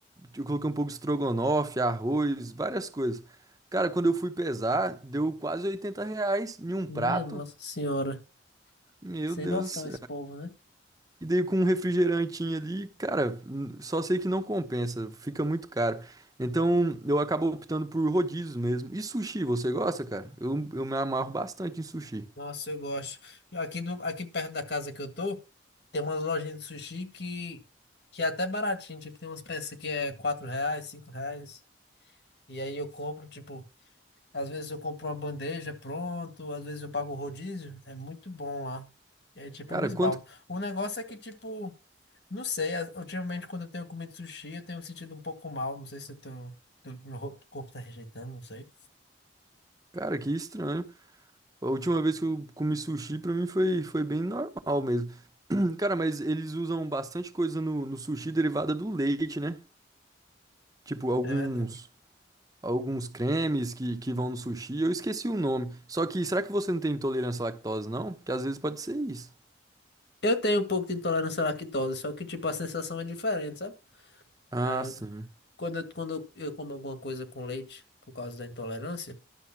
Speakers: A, on the right (about 20°); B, on the left (about 60°).
A: Eu coloquei um pouco de estrogonofe, arroz, várias coisas. Cara, quando eu fui pesar, deu quase 80 reais em um
B: Minha
A: prato.
B: Nossa Senhora.
A: Meu
B: Sem
A: Deus,
B: noção esse povo, né?
A: E daí com um refrigerantinho ali, cara, n- só sei que não compensa, fica muito caro. Então eu acabo optando por rodízios mesmo. E sushi, você gosta, cara? Eu, eu me amarro bastante em sushi.
B: Nossa, eu gosto. Aqui, do, aqui perto da casa que eu tô, tem umas lojinhas de sushi que, que é até baratinho. Tipo, tem umas peças que é 4 reais, 5 reais. E aí eu compro, tipo, às vezes eu compro uma bandeja pronto, às vezes eu pago o rodízio. É muito bom lá. É tipo,
A: Cara,
B: me esbalto.
A: quanto.
B: O negócio é que, tipo, não sei, as- ultimamente quando eu tenho comido sushi, eu tenho me sentido um pouco mal. Não sei se eu tenho, eu- meu ro- corpo tá rejeitando, não sei.
A: Cara, que estranho. A última vez que eu comi sushi, pra mim foi, foi bem normal mesmo. <clears throat> Cara, mas eles usam bastante coisa no, no sushi derivada do leite, né? Tipo, alguns.
B: É verdade.
A: Alguns cremes que, que vão no sushi, eu esqueci o nome. Só que será que você não tem intolerância à lactose, não? Que às vezes pode ser isso.
B: Eu tenho um pouco de intolerância à lactose, só que, tipo, a sensação é diferente, sabe?
A: Ah,
B: Ah,
A: sim.
B: quando, eu- quando eu como alguma coisa com leite por causa da intolerância,